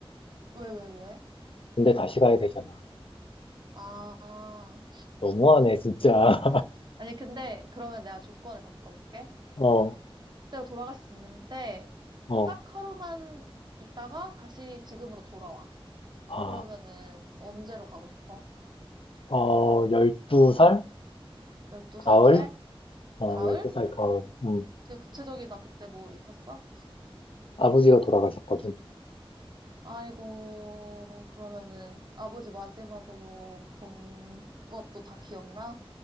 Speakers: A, on the right; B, on the left.
A: 왜, 왜, 왜?
B: 근데 다시 가야 되잖아.
A: 아,
B: 너무하네, 진짜.
A: 아니, 근데 그러면 내가 조건을 바꿔볼게.
B: <laughs> 어,
A: 그- 그때로 돌아갈 수 있는데,
B: 어,
A: 딱 하루만 있다가 다시 지금으로 돌아와.
B: 아,
A: 그러면은 언제로 가고 싶어?
B: 어, 12살?
A: 12살
B: 가을?
A: 때?
B: 어,
A: 가을?
B: 12살 가을. 음,
A: 되게 구체적이다. 그때 뭐 있었어?
B: 아버지가 돌아가셨거든.
A: 아이고, 그러면은 아버지 마지막으로 본 것도 다 기억나?